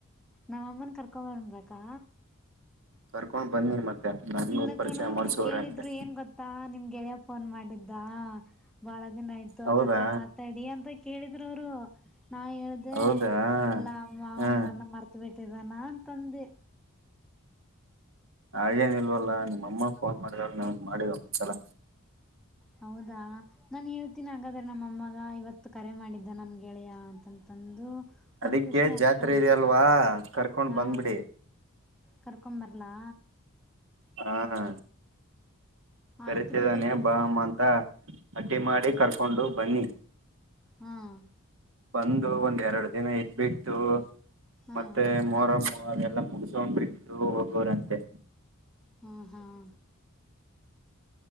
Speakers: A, in the centre; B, on the right.
A: ನಾವ್ ಅಮ್ಮನ ಕರ್ಕೋಬರ್ಬೇಕಾ
B: ಕರ್ಕೊಂಡ್ ಬನ್ನಿ ಮತ್ತೆ ನನ್ಗೂ
A: ಇಲ್ಲ
B: ಪರಿಚಯ
A: ಕಣೋ ಅವರು
B: ಮಾಡ್ಸವ್ರೆ
A: ಕೇಳಿದ್ರು
B: ಅಂತೆ
A: ಏನ್ ಗೊತ್ತಾ ನಿಮ್ಗೆಳೆಯ ಫೋನ್ ಮಾಡಿದ್ದ ಬಾಳ ದಿನ ಆಯ್ತು ಅವನ
B: ಹೌದಾ
A: ಹತ್ರ ಮಾತಾಡಿ ಅಂತ ಕೇಳಿದ್ರ ಅವರು ನಾ ಹೇಳ್ದೆ
B: ಹೌದಾ
A: ಇಲ್ಲ ಅಮ್ಮ ಅವನ್
B: ಹಾ
A: ನನ್ನ ಮರ್ತ ಬಿಟ್ಟಿದ್ದಾನ ಅಂತಂತಂದೆ
B: ಹಾಗೇನ ಇಲ್ವಲ್ಲ ನಿಮ್ಮಮ್ಮ ಫೋನ್ ಮಾಡಿದಾಗ ನಮಗ್ ಮಾಡಿದ್ರು ಒಂದು ಸಾಲ
A: ಹೌದಾ ನಾನ್ ಹೇಳ್ತೀನಿ ಹಾಗಾದ್ರ ನಮ್ಮಅಮ್ಮಗ ಇವತ್ತು ಕರೆ ಮಾಡಿದ್ದ ನಮ್ಗೆಳೆಯ ಅಂತಂತಂದು ಅವ್ರು
B: ಅದಿಕ್ಕೆ
A: ಖುಷಿ ಆಗ್ತಾರೆ
B: ಜಾತ್ರೆ ಇದ ಅಲ್ವಾ ಕರ್ಕೊಂಡ್
A: ಹಾ
B: ಬಂದ್ ಬಿಡಿ
A: ಕರ್ಕೊಂಬರ್ಲಾ
B: ಹಾ ಹ ಕರಿತಿದಾನೆ
A: ಆಯ್ತು ಬಿಡು ಕರ್ಕೊಂಬ
B: ಬಾ ಅಮ್ಮ ಅಂತ ಅಡ್ಡಿ ಮಾಡಿ ಕರ್ಕೊಂಡು ಬನ್ನಿ
A: ಹ್ಮ್
B: ಬಂದು ಒಂದ್ ಎರಡು ದಿನ ಇದ್ಬಿಟ್ಟು
A: ಹಾ
B: ಮತ್ತೆ ಮೊರಮ್ ಅವೆಲ್ಲಾ ಮುಗಿಸಕೊಂಡ್ ಬಿಟ್ಟು ಹೋಗೋರಂತೆ.
A: ಹ್ಮ್ ಹ್ಮ್